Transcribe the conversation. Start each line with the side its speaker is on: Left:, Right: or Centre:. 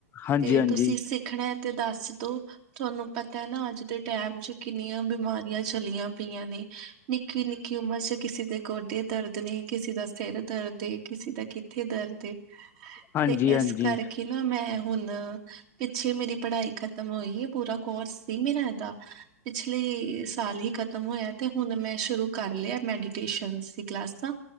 Left: ਹਾਂਜੀ-ਹਾਂਜੀ,
Right: ਤੇ ਤੁਸੀਂ
Left: ਹਾਂਜੀ-ਹਾਂਜੀ।
Right: ਸਿੱਖਣਾ ਤੇ ਦੱਸ ਦੋ, ਤੁਹਾਨੂੰ ਪਤਾ ਹੈ ਨਾ ਅੱਜ ਦੇ ਟੈਮ 'ਚ ਕਿੰਨੀਆਂ ਬਿਮਾਰੀਆਂ ਚੱਲੀਆਂ। ਪਈਆ ਨੇ। ਨਿੱਕੀ-ਨਿੱਕੀ ਉਮਰ ਚ ਕਿਸੇ ਦੇ ਗੋਡੇ ਦਰਦ ਨੇ ਕਿਸੇ ਦਾ ਸਿਰ ਦਰਦ ਏ, ਕਿਸੇ ਦਾ ਕਿੱਥੇ ਦਰਦ ਏ।
Left: ਹਾਂਜੀ-ਹਾਂਜੀ,
Right: ਤੇ ਇਸ ਕਰਕੇ ਨਾ ਮੈਂ ਹੁਣ ਪਿੱਛੇ ਮੇਰੀ ਪੜ੍ਹਾਈ ਖਤਮ ਹੋਈ ਹੈ ਪੂਰਾ ਕੋਰਸ ਸੀ ਮੇਰਾ ਇਹਦਾ। ਪਿਛਲੇ ਸਾਲ ਹੀ ਖ਼ਤਮ ਹੋਇਆ ਤੇ ਹੁਣ ਮੈਂ ਸ਼ੁਰੂ ਕਰ ਲਿਆ ਮੈਡੀਟੇਸ਼ਨਸ ਕਲਾਸਾਂ,